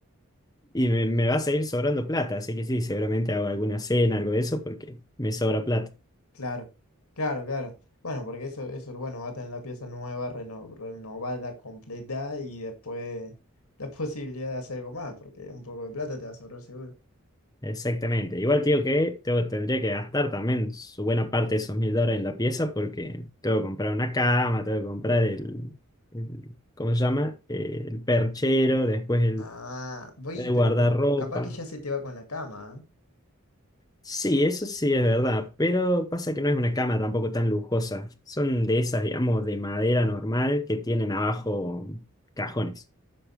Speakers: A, on the left; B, on the left.
A: <laughs> y me, me va a seguir sobrando plata. Así que sí, seguramente hago alguna cena, algo de eso, porque me sobra plata.
B: claro, claro, claro. Bueno, porque eso, eso, bueno, va a tener la pieza nueva, reno- renovada, completa y después la <laughs> posibilidad de hacer algo más, porque un poco de plata te va a sobrar seguro.
A: Exactamente. Igual te digo que tengo- tendría que gastar también su buena parte de esos mil dólares en la pieza porque tengo que comprar una cama, tengo que comprar el, el- ¿cómo se llama? Eh, el perchero, después
B: Ah, voy,
A: El
B: pero
A: guardarropa.
B: co- capaz que ya se te va con la cama. ¿eh?
A: Sí, eso sí es verdad, pero pasa que no es una cama tampoco tan lujosa. Son de esas, digamos, de madera normal que tienen abajo cajones.